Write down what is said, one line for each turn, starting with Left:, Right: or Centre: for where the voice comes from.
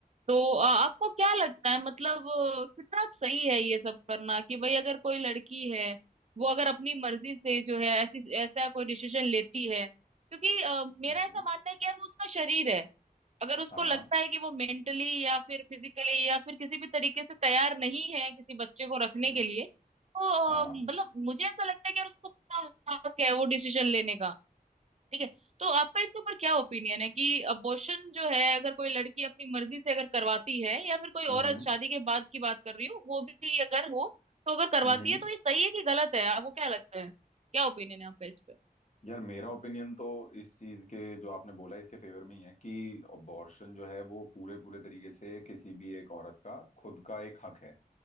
Right: तो अ, आपको क्या लगता है मतलब अ, कितना सही है ये सब करना कि भाई अगर कोई लड़की है वो अगर अपनी मर्जी से जो है ऐसी ऐसा कोई डिसीजन लेती है क्योंकि अ, मेरा
Left: हम्म
Right: ऐसा मानना है कि यार वो उसका शरीर है अगर उसको
Left: हाँ
Right: लगता है कि वो मेंटली या फिर फिजिकली या फिर किसी भी तरीके से तैयार नहीं है किसी बच्चे को रखने
Left: हम्म
Right: के लिए तो
Left: हाँ
Right: अ, मतलब मुझे ऐसा लगता है कि यार उसको पूरा हक है वो डिसीजन लेने का ठीक है तो आपका इसके ऊपर क्या ओपिनियन है कि अबॉर्शन जो है अगर कोई लड़की अपनी मर्जी से अगर करवाती है या फिर कोई
Left: हम्म
Right: औरत शादी के बाद की बात कर रही हूँ वो भी अगर हो तो अगर करवाती
Left: हम्म
Right: है तो ये सही है कि गलत है आपको क्या लगता है क्या ओपिनियन है आपका इस पे
Left: यार मेरा ओपिनियन तो इस चीज के जो आपने बोला इसके फेवर में ही है कि अबॉर्शन जो है वो पूरे पूरे तरीके से किसी भी एक औरत का खुद का एक हक है